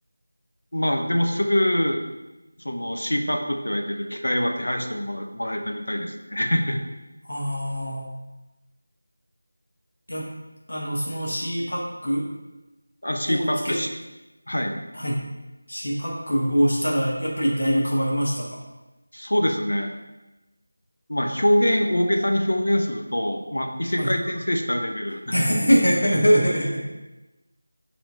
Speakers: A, on the left; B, on the left.
A: まあ、でもすぐ、その c パップって言われてる機械は手配してももらえたみたいですね。
B: ああ、や、あの、その C パック
A: <laughs> あ、c
B: をつけ、
A: パップし、はい。
B: はい。C パックをしたら、やっぱりだいぶ変わりましたか
A: そうですね。まあ、表現、大げさに表現すると、まあ、異世界転生したレベル。
B: はい。<laughs>